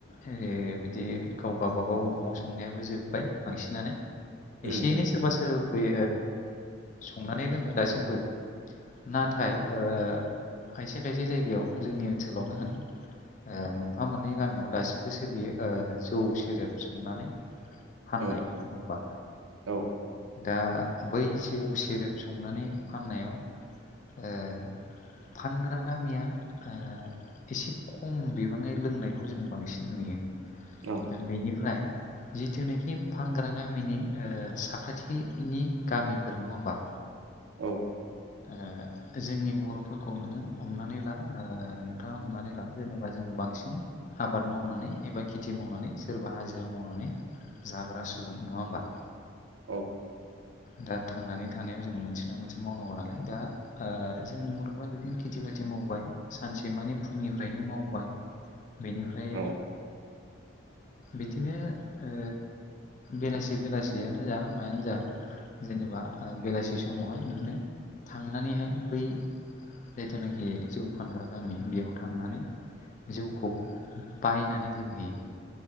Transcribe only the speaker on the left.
ओरै बिदि गाव गावाबागाव न'आव संनायाबो जोब्बाय बांसिनानो
एसे
एनै सोरबा सोर बे संनानै लोंङो दासिमबो। नाथाय ओ खायसे खायसे जायगायाव जोंनि ओनसोलावनो होन ओ मोनफा मोननै गामियाव दासिमबो सोलियो ओ जौ सेरेब संनानै फाननाय
नङा होमबा
दा बै जौ सेरेब संनानै फाननायाव ओ फानग्रा गामिया ओ एसे खम बिबाङै लोंनायखौ जों बांसिन नुयो
दा बेनिफ्राय जिथुनाखि फानग्रा गामिनि ओ साखाथिनि गामिफोर नङा होमबा
ओ जोंनि बर'फोरखौ नोङो हमनानै ला नोंथाङा हमनानै ला जेनेबा जोङो बांसिन आबाद मावनानै एबा खेथि मावनानै सोरबा हाजिरा मावनानै जाग्रा सुबुं नङा होमबा?
दा थांनानै थानायाव जों मोनसे नङा मोनसे मावनांगौ नालाय दा ओ जोंनि बर'फ्रा बिदिनो खेथि बाथि मावबाय सानसे माने फुंनिफ्रायनो मावबाय बेनिफ्राय
बिदिनो ओ बेलासि बेलासियानो जा मायानो जा जेनेबा बेलासि समावहाय बिदिनो थांनानैहाय बै जायथुनाखि जौ फानग्रा गामि बेयाव थांनानै जौखौ बायनानै लोंहैयो।